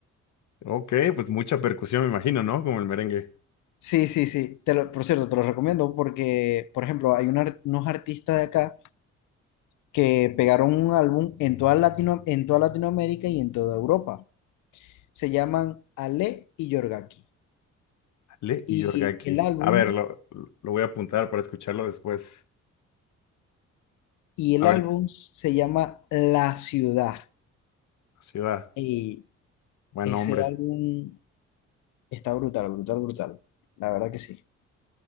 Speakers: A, on the left; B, on the left.
A: Ok, pues mucha percusión, me imagino, ¿no? Como el merengue.
B: Sí, sí, sí. Te lo- por cierto, te lo recomiendo porque, por ejemplo, hay una- unos artistas de acá que pegaron un álbum en toda Latino, en toda Latinoamérica y en toda Europa. Se llaman Ale y Yorgaki.
A: Le
B: Y
A: y Yorgaki.
B: el álbum
A: A ver, lo, lo voy a apuntar para escucharlo después.
B: y el
A: A ver,
B: álbum se llama La Ciudad.
A: sí va.
B: Y
A: Buen
B: ese
A: hombre.
B: álbum está brutal, brutal, brutal. La verdad que sí.